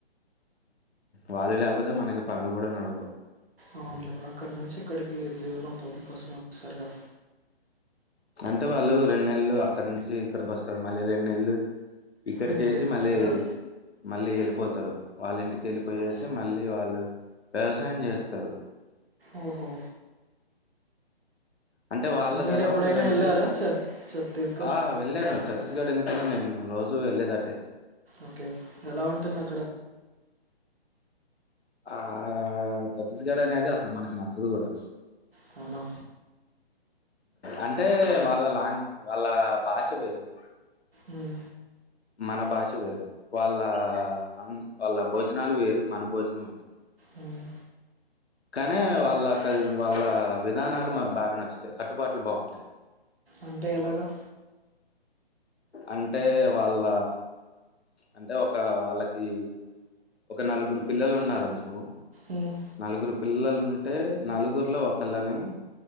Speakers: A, on the left (about 80°); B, on the right (about 65°).
A: వాళ్ళు లేకపోతే మనకి పనులు కూడా నడవవు
B: అవును అక్కడి నుంచి ఇక్కడికి జీవనోపాధి కోసం వచ్చారు
A: అంటే వాళ్ళు రెండు నెల్లు అక్కడ నుంచి ఇక్కడికి వస్తారు మళ్ళీ రెండు నెల్లు ఇక్కడ
B: ఇంటికి
A: చేసి
B: వెళ్ళిపోతారా
A: మళ్ళీ మళ్ళీ వెళ్ళిపోతారు వాళ్ళ ఇంటికి వెళ్ళిపోయేసి మళ్ళీ వాళ్ళు వ్యవసాయం చేస్తారు
B: ఓహో
A: అంటే వాళ్ళది
B: మీరు
A: ఎలా
B: ఎప్పుడైనా
A: ఉంటదంటే
B: వెళ్ళారా చ ఛత్తీస్గఢ్
A: ఆ వెళ్ళాను ఛత్తీస్గఢ్ ఎందుకు అయితే నేను రోజు వెళ్లేది అటే
B: ఓకే ఎలా ఉంటుంది అక్కడ
A: ఆ ఛత్తీస్గఢ్ అనేది అసలు మనకి నచ్చదు కూడా
B: హాలో
A: అంటే వాళ్ళ లాంగ్ వాళ్ళ భాష వేరు
B: అమ్
A: మన భాష వేరు వాళ్ళ అన్ వాళ్ళ భోజనాలు వేరు మన భోజనం వేరు
B: మ్మ్.
A: కానీ వాళ్ళ వాళ్ళ విధానాలు మనకు బాగా నచ్చుతాయి కట్టుబాట్లు బాగుంటాయి
B: అంటే ఎలాగా
A: అంటే వాళ్ళ అంటే ఒక వాళ్ళకి ఒక నలుగురు పిల్లలు ఉన్నారు ఆనుకో
B: మ్మ్.
A: నలుగురు పిల్లలుంటే నలుగురిలో ఒకళ్ళని